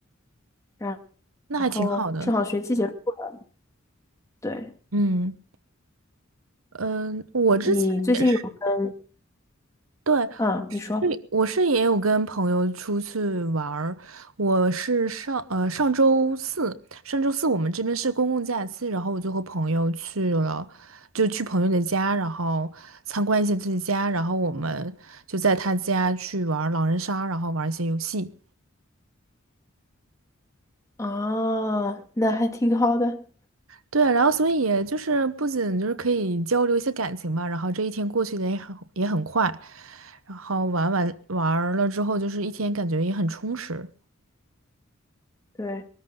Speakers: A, on the left (about 15°); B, on the right (about 80°).
A: 然
B: 那还挺好的。
A: 然后正好学期结束了。对，
B: 嗯嗯，呃我之前也是。
A: 你最近有跟
B: 对，
A: 嗯，
B: 是我是也有跟朋友出去玩儿。
A: 你说
B: 我是上呃上周四，上周四我们这边是公共假期，然后我就和朋友去了，就去朋友的家，然后参观一下自己家，然后我们就在他家去玩儿狼人杀，然后玩儿一些游戏。
A: 啊，那还挺好的。
B: 对，然后所以也就是不仅就是可以交流一些感情吧，然后这一天过去的也很也很快，然后玩完玩儿了之后，就是一天感觉也很充实。
A: 对，